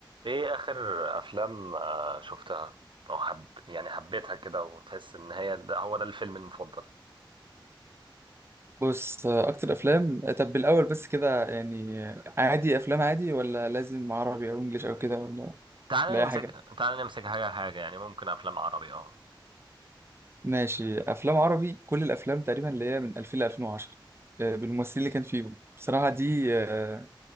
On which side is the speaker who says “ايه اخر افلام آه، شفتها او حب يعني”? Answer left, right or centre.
Right